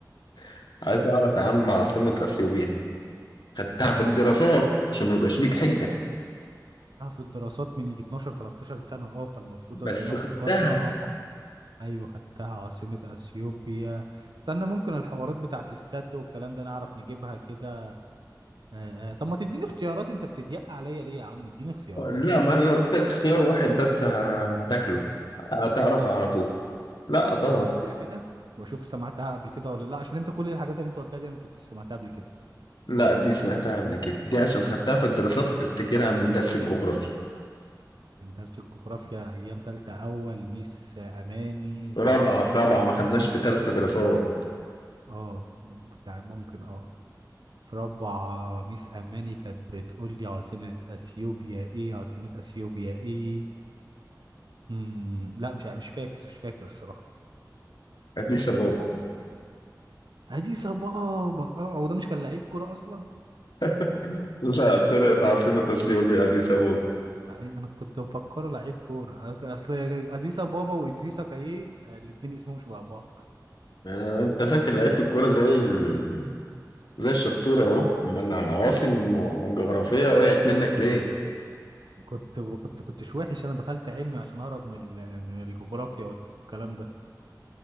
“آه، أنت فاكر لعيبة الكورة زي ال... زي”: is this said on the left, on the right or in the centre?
Left